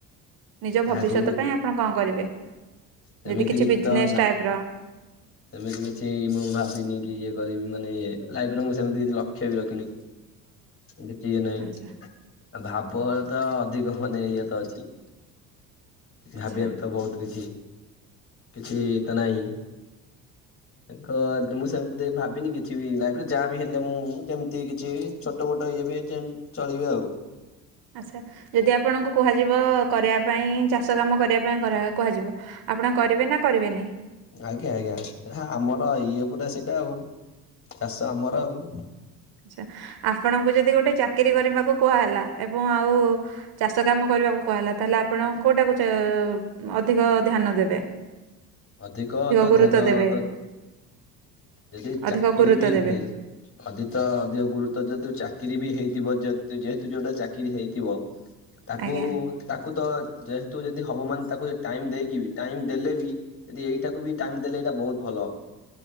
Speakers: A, on the right (about 50°); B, on the left (about 25°).
A: ନିଜ ଭବିଷ୍ୟତ
B: ଆଗକୁ
A: ପାଇଁ ଆପଣ କଣ କରିବେ?
B: ସେମିତି
A: ଯଦି କିଛି ବିଜନେସ୍
B: ତ ନା
A: ଟାଇପ୍ ର।
B: ସେମିତି କିଛି ମୁଁ ଭାବିନି କି ଇଏ କରିବି ମାନେ ଇଏ ଲାଇଫରେ ମୁଁ ସେମିତି କିଛି ଲକ୍ଷ୍ୟ ବି ରଖିନି। କିଛି ଇଏ ନାହିଁ
A: ଆଚ୍ଛା
B: ଭାବ ତ ଅଧିକ ମାନେ ଇଏ ତ ଅଛି। ଭାବିବା
A: ଆଚ୍ଛା
B: ବି ତ ବହୁତ କିଛି କିଛି ତ ନାହିଁ। ତ ମୁଁ ସେମିତି ଭାବିନି କିଛି ବି ଲାଇଫ୍ ରେ ଯାହା ବିି ହେଲେ ମୁଁ ଯେମତି କିଛି ଛୋଟ ମୋଟ ଇଏ ବି ଚଳିବେ ଆଉ।
A: ଆଚ୍ଛା ଯଦି ଆପଣଙ୍କୁ କୁହାଯିବ କରିବା ପାଇଁ ଚାଷ କାମ କରିବା ପାଇଁ କୁହାଯିବ। ଆପଣ କରିବେ ନା କରିବେନି?
B: ଆଜ୍ଞା ଆଜ୍ଞା ଆମର ଇଏ ପୁରା ସେଇଟା ଆଉ ଚାଷ ଆମର ଆଉ।
A: ଆଛା ଆପଣଙ୍କୁ ଯଦି ଗୋଟେ ଚାକିରିୀ କରିବାକୁ କୁହା ହେେଲା ଏବଂ ଆଉ ଚାଷ କାମ କରିବାକୁ କୁଆହେଲା ତାହେଲେ ଆପଣ କଉଟାକୁ ଚା ଅଧିକ ଧ୍ୟାନ ଦେବେ?
B: ଅଧିକ ତ
A: ଗୁରୁତ୍ୱ
B: ଧ୍ୟାନ
A: ଦେବେ
B: ତ ଯଦି
A: ଅଧିକ
B: ଚାକିରି
A: ଗୁରୁତ୍ୱ
B: ବି
A: ଦେବେ
B: ହେଲେ ଅଧି ତ ଅଧିକ ଗୁରୁତ୍ୱ ଦିଅନ୍ତୁ ଚାକିରି ବି ହେଇଥିବ ଯଦି ଯେହେତୁ ଯୋଉଟା ଚାକିରି ହେଇଥିବ ତାକୁ
A: ଆଜ୍ଞା
B: ତାକୁ ତ ଯେହେତୁ ଯଦି ହବ ମାନ ତାକୁ ଟାଇମ ଦେଇକି ବି ଟାଇମ ଦେଲେ ବି ଯଦି ଏଇଟାକୁ ବି ଟାଇମ ଦେଲେ ଏଇଟା ବହୁତ ଭଲ।